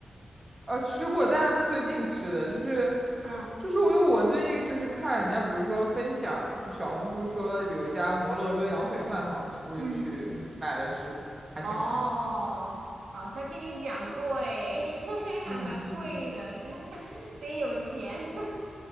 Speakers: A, on the right; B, on the right.
A: 呃，吃过，但是最近吃的就是，
B: 嗯
A: 就是我因为我最近就是看人家，比如说分享，就小红书说有一家摩洛哥羊腿饭很好吃，我就去买了吃的，
B: 嗯，
A: 还挺好吃的
B: 哦，好像听你讲过哎，<laughs>
A: 嗯嗯嗯。
B: 还蛮贵的，真的真有钱，